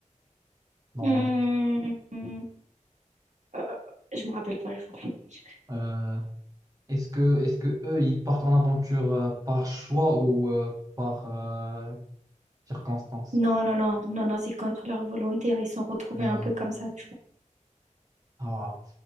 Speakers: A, on the right; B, on the right.
A: normalement?
B: Hum, hum, euh, je me rappelle pas, je vais pas te mentir.
A: Euh, est-ce que, est-ce que eux, ils partent en aventure euh, par choix ou euh, par euh, circonstance?
B: Non, non, non, non, non, c'est contre leur volonté. hein, Ils sont retrouvés
A: Euh,
B: un peu comme ça, tu vois.
A: ah,